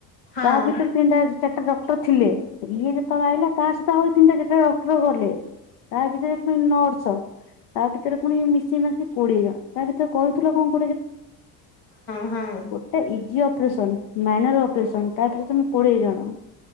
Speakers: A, on the left; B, on the left.
A: ହଁ
B: ତା' ଭିତରେ ତିନିଟା ଚାରିଟା ଡ଼କ୍ଟର୍ ଥିଲେ। ଇଏ ଯେତେବଳେ ଆଇଲା। ତା' ସ-ତ ଆଉ ତିନିଟା ଚାରିଟା ଡ଼କ୍ଟର ଗଲେ, ତା ଭିତରେ ପୁଣି ନର୍ସ ଆଉ ଟିକେ ରେ ପୁଣି ମିଶିଇ ମାସି କୋଡିଏ ଜଣ। ତା' ଭିତରେ କହୁଥିଲ। କ'ଣ
A: ହଁ ହଁ
B: ଗୋଟେ ଅପରେସନ୍‌ ମାଇନର୍ ଅପରେସନ୍‌, ତା' ପରେ ତମେ କୋଡ଼ିଏ ଜଣ।